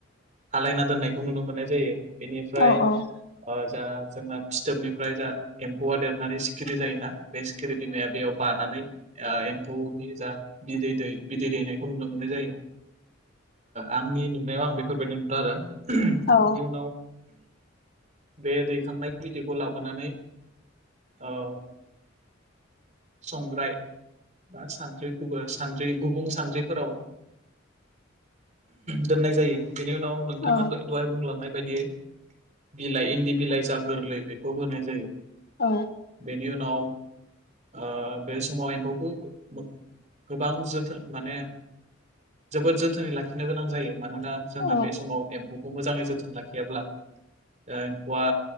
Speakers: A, on the right; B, on the left.
A: आलायना दोननायखौ नुनो मोननाय जायो बिनिफ्रायो
B: औ औ
A: जा जोंना फिथोबनिफ्राय जा एम्फौवा देरनानै सिखिरि जायोना बे <unintelligible> बानानै एम्फौनि जा बिदै दै बिदै दैनायखौ नुनो मोननाय जायो। आंनि नुनायाव आं बेफोरबादि नुदों आरो बिनि
B: औ
A: उनाव बे दैखांनाय बिदैखौ लाबोनानै ओ संग्राय बा सानद्रि गुबुं सानद्रि गुबुं सानद्रिफोराव दोननाय जायो बेनि उनाव नोंथाङा
B: औ
A: दहाय बुंलांनाय बायदियै बिलाइ इन्दि बिलाइ जा गोरलै बेखौ होनाय जायो।
B: औ।
A: बेनि उनाव ओ बे समाव एम्फौखौ गोबां जोथोन माने जोबोद जोथोनै लाखिनो गोनां जायो मानोना जोंहा
B: औ
A: बे समाव एम्फौखौ मोजाङै जोथोन लाखियाब्ला ओ एम्फौआ